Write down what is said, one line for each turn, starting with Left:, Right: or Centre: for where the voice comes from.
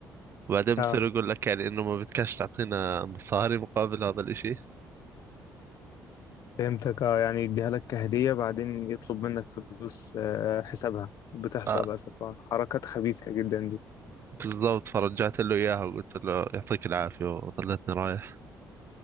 Right: وبعدين
Left: اه
Right: بصير يقول لك يعني انه ما بدكش تعطينا مصاري مقابل هذا الاشي
Left: فهمتك اه يعني يديها لك كهدية بعدين يطلب منك فلوس آه حسابها بتحصل
Right: آه
Left: للأسف آه، حركات خبيثة جدا دي
Right: بالضبط فرجعت له اياها وقلت له يعطيك العافية وظلتني رايح